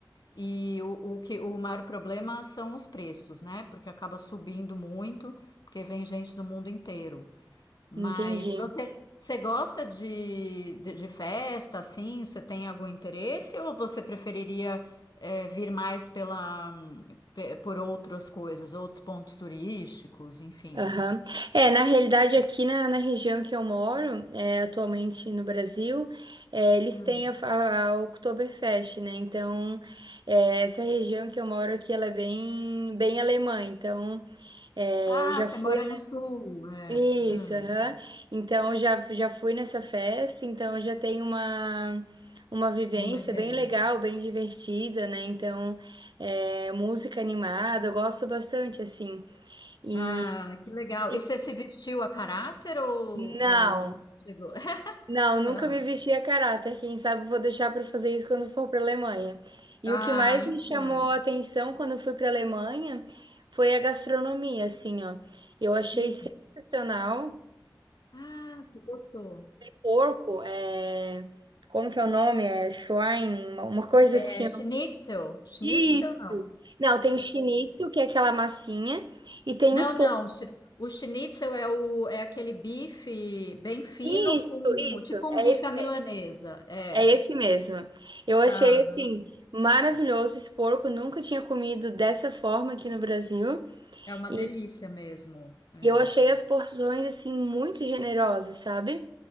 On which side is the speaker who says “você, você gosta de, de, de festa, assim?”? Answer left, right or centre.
Left